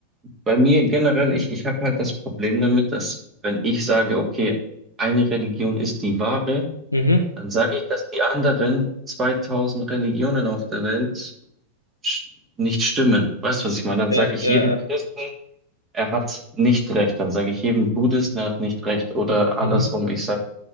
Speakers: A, on the right; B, on the left.
A: bei mir generell, ich, ich habe halt das Problem damit, dass wenn ich sage, okay, eine Religion ist die wahre,
B: Mhm.
A: dann sage ich, dass die anderen 2000 Religionen auf der Welt sch- nicht stimmen. Weißt du, was ich meine? Dann
B: Ja,
A: sage ich
B: ja,
A: jedem
B: ja.
A: Christen, er hat nicht recht. Dann sage ich jedem Buddhisten, er hat nicht recht. Oder andersrum,
B: Mhm.
A: ich sage